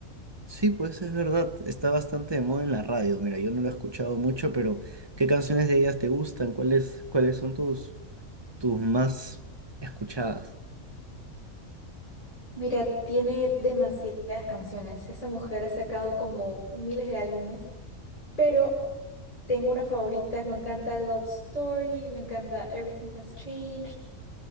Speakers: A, on the right; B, on the left.
A: Sí, pues es verdad, está bastante de moda en la radio. Mira, yo no lo he escuchado mucho, pero ¿qué canciones de ellas te gustan? ¿Cuáles, cuáles son tus, tus más escuchadas?
B: Mira, tiene demasiadas canciones. Esa mujer ha sacado como miles de álbumes, pero tengo una favorita. Me encanta Love Story, me encanta Everything Has Changed,